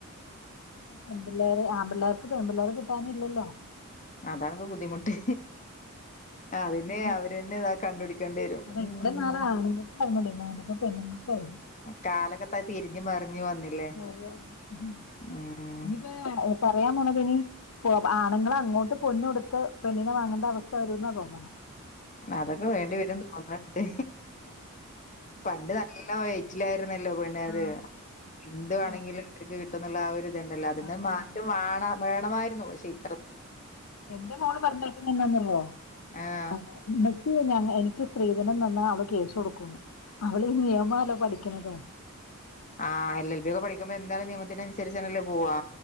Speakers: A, on the left (about 75°); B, on the left (about 35°).
A: പെൺപിള്ളേര് ആമ്പിള്ളേർക്ക് പെമ്പിള്ളേരെ കിട്ടാൻ ഇല്ലല്ലോ.
B: അതാണിപ്പ ബുദ്ധിമുട്ട്, അതിനെ
A: ഇനിയിപ്പോ
B: അവര്ന്നെ ഇതാ കണ്ടുപിടിക്കേണ്ടി വരും.
A: അത് ഇത്ര
B: ഉം
A: നാള് ആണുങ്ങക്കായിരുന്നല്ലേ <unintelligible> പെണ്ണുങ്ങൾക്കായല്ലേ.
B: കാലൊക്കെ ത തിരിഞ്ഞ് മറിഞ്ഞ് വന്നില്ലേ
A: <unintelligible>
B: ഉം
A: പറയാ <unintelligible> പോ ആണുങ്ങള് അങ്ങോട്ട് പൊന്ന് കൊടുത്ത് പെണ്ണിനെ വാങ്ങേണ്ട അവസ്ഥ വരൂന്ന തോന്നണ.
B: അതൊക്കെ വേണ്ടിവരും തോന്നുന്നുണ്ട് പണ്ട് നല്ല വെയ്റ്റില ല്ലോ പിന്നെ
A: ആ,
B: അത് എന്ത്‌ വേണങ്കിലും
A: ആ,
B: അവർക്ക് കിട്ടുന്നുള്ള ആ ഒരു തന്നല്ലോ അതിന്ന്
A: അതെ.
B: മാറ്റം വാണ വേണമായിരുന്നു ഷേ ഇ
A: എന്റെ മോള് പറഞ്ഞേക്കുന്ന എന്താന്നറിയുവോ
B: ആഹ്
A: <unintelligible> <unintelligible> എനിക്ക് സ്ത്രീധനം തന്നാ അവള് കേസ് കൊടുക്കുന്ന് അവള് ഈ നിയമല്ലോ പഠിക്കണത്.
B: ആ എൽ എൽ ബി ഒക്കെ പഠിക്കുമ്പോ എന്താണെലും നിയമത്തിനനുസരിച്ച് എന്നെല്ല പോവാ.